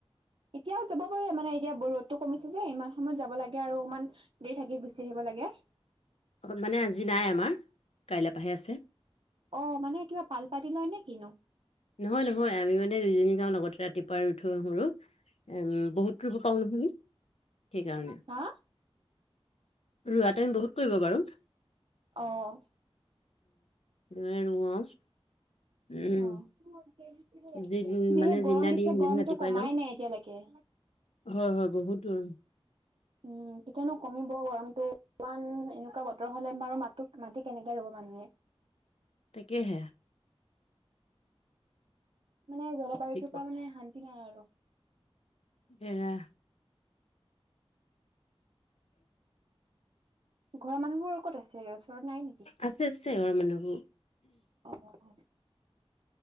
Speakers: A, on the right; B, on the left.
A: এতিয়াও যাব পাৰে মানে এতিয়া বৰুত- ৰদটো কমিছে যে ইমান সময়ত যাব লাগে আৰু অকমান দেৰি থাকি গুচি আহিব লাগে।
B: অঁ মানে আজি নাই আমাৰ, কাইলৈ পৰাহে আছে।
A: অঁ মানে কিবা পাল পাতি লয় নে কিনো?
B: নহয় নহয় আমি মানে দুইজনী যাওঁ লগতে ৰাতিপুৱা ৰুই থৈ আহো আৰু। এম বহুত ৰুব পাওঁ নহয় আমি। সেইকাৰণে
A: হা
B: ৰুৱাটো আমি বহুত কৰিব পাৰোঁ।
A: অঁ।
B: ৰুৱাই ৰু আৱ, উম।
A: অ', যিহে
B: যি মানে
A: গৰম
B: যিদিনা
A: দিছে
B: দিয়ে সেইদিনাখন
A: গৰমটো
B: ৰাতিপুৱাই
A: কমাই
B: যাওঁ
A: নাই এতিয়ালেকে।
B: হয় হয় বহুত গৰম।
A: উম কেতিয়ানো কমিব গৰমটো। ইমান এনেকুৱা বতৰ হ'লে বাৰু মাটটো মাটি কেনেকে ৰুব মানুহে।
B: তাকেহে।
A: মানে জলবায়ুটোৰ
B: কি
A: পৰা মানে শান্তি নাই আৰু।
B: এৰাহ।
A: ঘৰৰ মানুহবোৰ ক'ত আছেগে? ওচ ওচৰত নাই নিকি?
B: আছে আছে ঘৰৰ মানুহবোৰ
A: অঁহ।